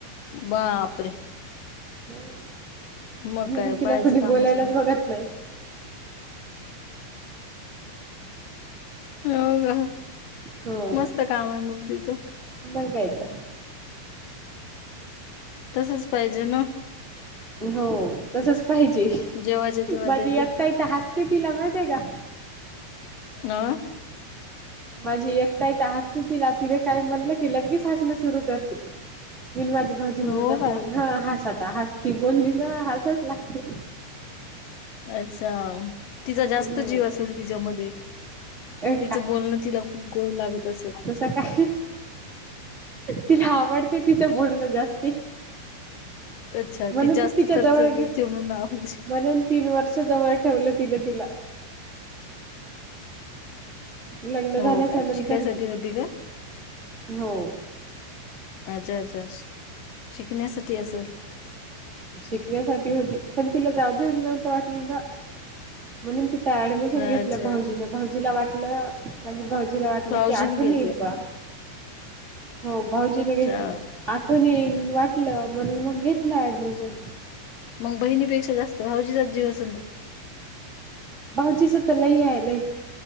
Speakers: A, on the left; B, on the right.
A: बापरे!
B: हम्म
A: मग
B: म्हणून
A: काय
B: तिला
A: पाहायचं
B: कोणी
A: कामच
B: बोलायलाच
A: नाही
B: बघत नाही.
A: हम्म..
B: हो
A: मस्त काम आहे मग तिचं
B: मग काय तर
A: तसच पाहिजे ना,
B: हो तसच पाहिजे.
A: जेव्हाच्या तेव्हा
B: माझी
A: देते
B: एक ताई तर, हसते तिला माहिती आहे का
A: न आ
B: माझी एक ताई तर हसते तिला तिने काही म्हणलं की लगेच हसणं सुरू करते. मी आणि माझी भाची म्हणत
A: हो
B: असता
A: का
B: ह हास आता हास ती बोलली ना हासच लागते.
A: अच्छा तिचा जास्त
B: हो
A: जीव असेल तिच्यामध्ये
B: ए
A: तिचं बोलणं तिला खूप गोड लागत असल.
B: आता काय तिला आवडते तिच्या बोलणं जास्ती.
A: अच्छा
B: म्हण
A: ती जास्त
B: त तिच्या
A: चरचर
B: जवळेऊ
A: बोलते म्हणून आवडते
B: म्हण तीन वर्ष जवळ ठेवलं तिन तिला लग्न
A: हो
B: झाल्याच्या
A: का
B: नंतर
A: शिकायसाठी होती का
B: हो
A: अच्छा अच्ा शिकण्यासाठी असेल
B: शिकण्यासाठी होती पण तिला जाऊ देऊन नवत वाटल ना म्हणून तिथं ऍडमिशन
A: अच्छा
B: घेतलं भाऊजीन भाऊजीला वाटलं म्हजे भाऊजीला वाटलं
A: भाऊजीने
B: की आठवून
A: घेतलं
B: येईल
A: का
B: बा हो भाऊजीने
A: अच्छा
B: घेतलं आठवणी येई वाटलं
A: हम्म.
B: म्हण मग घेतलं ऍडमिशन
A: मग बहिणीपेक्षा जास्त भावजीचा जीव आसन
B: बाऊजीस तर लई आहे ल